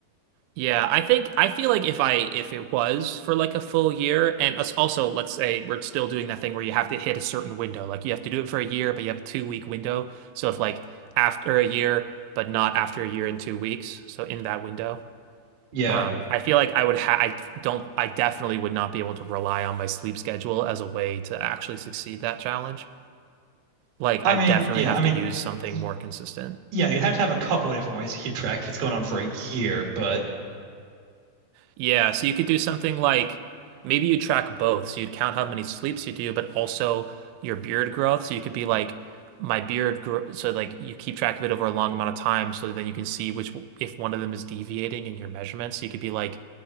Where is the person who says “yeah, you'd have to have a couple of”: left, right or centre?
Right